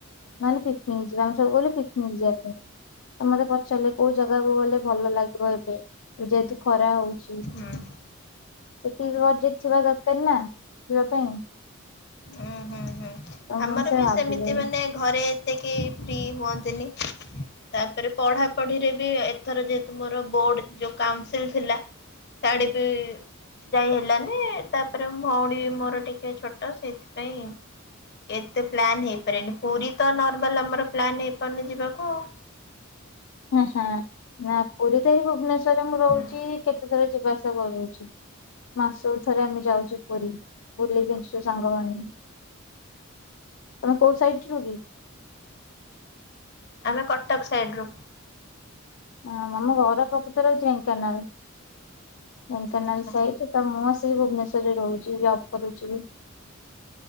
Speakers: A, on the left; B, on the left.
A: ନହେଲେ ପିକନିକ୍ ଜି ଯିବା ଆମେ ସବୁ କହିଲୁ ପିକନିକ୍ ଯିବା ପାଇଁ। ତ ମତେ ପଚାରିଲେ କୋଉ ଜାଗାକୁ ଗଲେ ଭଲ ଲାଗିବ ଏବେ? ଯେହେତୁ ଖରା ହଉଛି।
B: ହୁଁ। ହୁଁ।
A: ସେତିକି ବଜେଟ ଥିବା ଦରକାର ନା ଯିବା ପାଇଁ।
B: ଉଁ ହୁଁ ହୁଁ।
A: ତ
B: ଆମର
A: ମୁଁ ସେ
B: ବି
A: ଭାବିଲି
B: ସେମିତି ମାନେ ଘରେ ଏତେ କିଏ ଫ୍ରି ହୁଅନ୍ତିନି। ତାପରେ ପଢା ପଢିରେ ବି ଏଥର ଯେହେତୁ ମୋର ବୋର୍ଡ ଯୋଉ କାଉନସିଲ ଥିଲା। ସିଆଡେ ବି ଯାଇ ହେଲାନି। ତାପରେ ଭଉଣୀ ବି ମୋର ଟିକେ ଛୋଟ ସେଇଥିପାଇଁ ଏତେ ପ୍ଲାନ୍ ହେଇପାରିବନି। ପୁରୀ ତ ନର୍ମାଲ ଆମର ପ୍ଲାନ୍ ହେଇପାରୁନି ଯିବାକୁ ଆଉ।
A: ଉଁ ହୁଁ ନା ପୁରୀ ତ ଏଇ ଭୁବନେଶ୍ଵରରେ ମୁଁ ରହୁଛି
B: ହୁଁ
A: କେତେ ଥର ଯିବା ଆସିବା କରୁଛି। ମାସକୁ ଥରେ ଆମେ ଯାଉଛୁ ପୁରୀ ବୁଲିକି ଆସଛୁ ସାଙ୍ଗମାନେ। ତମେ କୋଉ ସାଇଡ ରୁ କି?
B: ଆମେ କଟକ ସାଇଡ ରୁ।
A: ହଁ ଆମ ଘର ପ୍ରକୃତରେ ହଉଛି ଢେଙ୍କାନାଳ। ଢେଙ୍କାନାଳ
B: ଆଚ୍ଛା
A: ସାଇଡ। ତ ମୁଁ ଆସିକି ଭୁବନେଶ୍ୱରରେ ରହୁଛି। ଜବ୍ କରୁଛି।